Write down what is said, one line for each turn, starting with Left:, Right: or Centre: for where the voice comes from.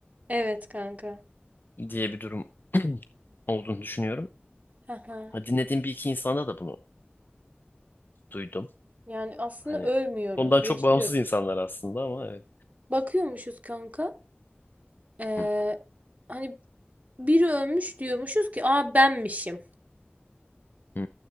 Right: Evet kanka.
Left: diye bir durum olduğunu düşünüyorum.
Right: Haha.
Left: Ha, Dinlediğim bir iki insanda da bunu duydum.
Right: Yani aslında
Left: Hani
Right: ölmüyoruz,
Left: ondan çok
Right: yaşıyoruz.
Left: bağımsız insanlar aslında ama evet.
Right: Bakıyormuşuz kanka. Ee,
Left: Hı,
Right: hani biri ölmüş diyormuşuz ki aa benmişim
Left: hı.